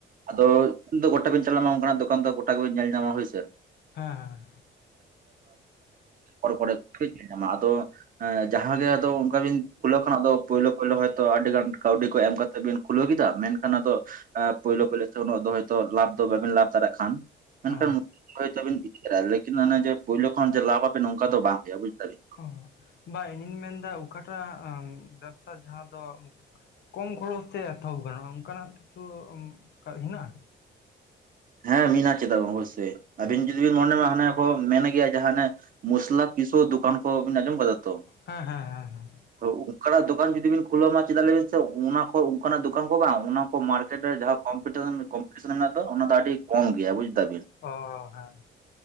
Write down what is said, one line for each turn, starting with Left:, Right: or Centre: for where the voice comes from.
Right: ᱟᱫᱚ ᱤᱧ ᱫᱚ ᱜᱚᱴᱟᱜᱤᱧ ᱪᱟᱞᱟᱜ-ᱟ ᱱᱚᱝᱠᱟᱱᱟᱜ ᱫᱚᱠᱟᱱ ᱫᱚ ᱜᱚᱴᱟ ᱜᱮᱵᱤᱱ ᱧᱮᱞ ᱧᱟᱢᱟ ᱦᱳᱭ ᱥᱮ᱾
Left: ᱦᱮᱸ᱾
Right: ᱚᱨ <inaudible> ᱧᱟᱢᱟ ᱟᱫᱚᱼᱼ ᱮᱸ ᱡᱟᱦᱟᱸ ᱜᱮ ᱟᱫᱚ ᱚᱱᱠᱟ ᱵᱤᱱ ᱠᱷᱩᱞᱟᱹᱣ ᱠᱷᱟᱱᱟᱜ ᱟᱫᱚ, ᱯᱳᱭᱞᱳ ᱯᱳᱭᱞᱳ ᱦᱳᱭᱛᱳ ᱟᱹᱰᱤ ᱜᱟᱱ ᱠᱟᱹᱣᱰᱤ ᱠᱚ ᱮᱢ ᱠᱟᱛᱮᱜ ᱵᱤᱱᱼᱼ ᱠᱷᱩᱞᱟᱹᱣ ᱠᱮᱫᱟ ᱢᱮᱱᱠᱷᱟᱱ ᱟᱫᱚᱼᱼ ᱮᱸ ᱯᱳᱭᱞᱳ ᱯᱳᱭᱞᱳ ᱛᱮ ᱩᱱᱟᱹᱜ ᱫᱚ ᱦᱳᱭᱛᱳ ᱞᱟᱵᱷ ᱫᱚ ᱵᱟᱵᱤᱱ ᱞᱟᱵᱷ ᱫᱟᱲᱮᱭᱟᱜ ᱠᱷᱟᱱ ᱢᱮᱱᱠᱷᱟᱱᱼᱼ
Left: ᱚ
Right: ᱦᱳᱭ ᱛᱚ ᱟᱵᱤᱱ <unintelligible> ᱞᱮᱠᱤᱱ ᱚᱱᱮ ᱡᱮ ᱯᱳᱭᱞᱳ ᱠᱷᱚᱱ ᱡᱮ ᱞᱟᱵᱷ ᱟᱵᱮᱱ ᱚᱱᱠᱟ ᱫᱚ ᱵᱟᱝ ᱦᱩᱭᱩᱜᱼᱟ ᱵᱩᱡᱷ ᱫᱟᱹᱵᱤᱱ᱾
Left: ᱚ ᱵᱟ ᱤᱧᱤᱧ ᱢᱮᱱᱫᱟ ᱚᱠᱟᱴᱟᱜ ᱵᱮᱵᱥᱟ ᱡᱟᱦᱟᱸ ᱫᱚᱼᱼ ᱠᱚᱢ ᱠᱷᱚᱨᱚᱪ ᱛᱮ ᱮᱛᱚᱦᱚᱵ ᱜᱟᱱᱚᱜᱼᱟ, ᱚᱱᱠᱟᱱᱟᱜ ᱠᱤᱪᱷᱩ <unintelligible> ᱦᱮᱱᱟᱜᱼᱟ?
Right: ᱦᱮᱸ ᱢᱮᱱᱟᱜ-ᱟ ᱪᱮᱫᱟ ᱵᱚᱱ ᱚᱵᱚᱥᱚᱭ ᱟᱵᱤᱱ ᱡᱩᱫᱤ ᱵᱤᱱ ᱢᱚᱱᱮᱢᱟ ᱦᱟᱱᱮ ᱠᱚ ᱢᱮᱱ ᱜᱮᱭᱟ ᱡᱟᱦᱟᱸᱱᱮᱼᱼ ᱢᱩᱥᱞᱟ ᱯᱤᱥᱟᱹᱣ ᱫᱚᱠᱟᱱ ᱠᱚ ᱵᱤᱱ ᱟᱡᱚᱢ ᱠᱟᱫᱟ ᱛᱚ?
Left: ᱦᱮᱸ ᱦᱮᱸ ᱦᱮᱸ ᱦᱮᱸ᱾
Right: ᱛᱚ ᱚᱱᱠᱟᱱᱟᱜ ᱫᱚᱠᱟᱱ ᱡᱩᱫᱤ ᱵᱤᱱ ᱠᱷᱩᱞᱟᱹᱣᱢᱟ ᱪᱮᱫᱟᱜ ᱞᱮᱵᱤᱱ ᱥᱮ, ᱚᱱᱟ ᱠᱚ ᱚᱱᱠᱟᱱᱟᱜ ᱫᱚᱠᱟᱱ ᱠᱚ ᱵᱟᱝ ᱚᱱᱟᱼᱼ ᱢᱟᱨᱠᱮᱴ ᱨᱮ ᱡᱟᱦᱟᱸ ᱠᱚ ᱠᱚᱢᱯᱤᱴᱤᱥᱚᱱ ᱠᱚᱢᱯᱤᱴᱤᱥᱚᱱ ᱢᱮᱱᱟᱜ ᱫᱚ ᱚᱱᱟ ᱫᱚ ᱟᱹᱰᱤ ᱠᱚᱢ ᱜᱮᱭᱟ ᱵᱩᱡᱽ ᱫᱟ ᱵᱤᱱ᱾
Left: ᱚ ᱦᱮᱸ